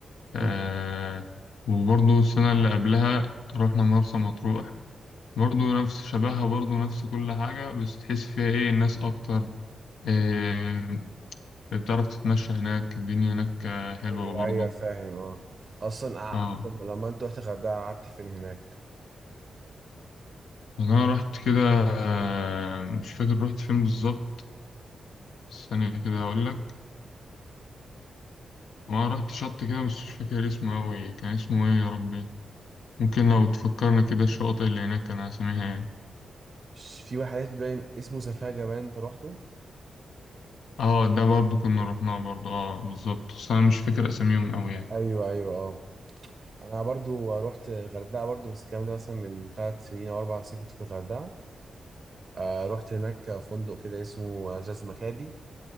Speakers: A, on the left (about 80°); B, on the right (about 45°).
A: آه
B: مم.
A: وبرضو السنة اللي قبلها رحنا مرسى مطروح برضو نفس شبهها برضو نفس كل حاجة بس تحس فيها إيه الناس أكتر آه بتعرف تتمشى هناك الدنيا هناك آه، حلوة
B: ايوه
A: برضو
B: ايوه فاهم اه اصلا قع-
A: اه
B: طب لما انت رحت الغردقه قعدت فين هناك
A: والله أنا رحت كده آه، مش فاكر رحت فين بالظبط ثانية كده هقول لك وأنا رحت شط كده بس مش فاكر اسمه أوي كان اسمه إيه يا ربي ممكن لو تفكرنا كده الشواطئ اللي هناك كان أساميها إيه
B: مش في واحد باين اسمه سفاجه باين انت روحته
A: أه ده برضو كنا رحناه برضو أه بالظبط بس أنا مش فاكر أساميهم أوي يعني
B: ايوه ايوه اه انا برضو رحت الغردقه برضو بس الكلام ده مثلا من ثلاث سنين او اربع سنين كنت في الغردقه آه رحت هناك فندق كده اسمه جاز مكادي